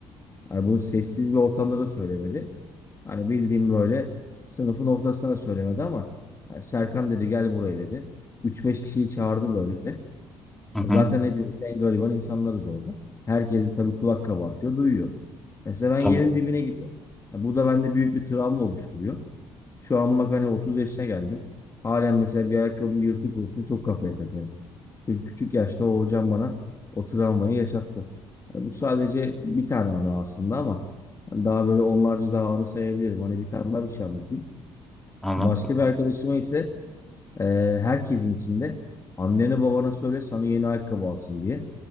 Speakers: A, on the left; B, in the centre.
A: Yani bunu sessiz bir ortamda da söylemedi. Hani bildiğim böyle sınıfın ortasına da söylemedi ama hani Serkan dedi gel buraya dedi. Üç beş kişiyi çağırdı böyle.
B: Hı hı,
A: E Zaten hepimiz en gariban insanlarız orada. Herkesi tabii kulak kabartıyor, duyuyor. Mesela ben
B: tabii.
A: yerin dibine giriyorum. Ya bu da bende büyük bir travma oluşturuyor. Şu an bak hani 30 yaşına geldim. Halen mesela bir ayakkabım yırtık olsun çok kafaya takarım. Çünkü küçük yaşta o hocam bana o travmayı yaşattı. Yani bu sadece bir tane anı aslında ama hani daha böyle onlarca daha anı sayabilirim. Hani bir tane daha bir şey anlatayım.
B: Anlat
A: Başka
B: bakalım.
A: bir arkadaşıma ise e, herkesin içinde annene babana söyle sana yeni ayakkabı alsın diye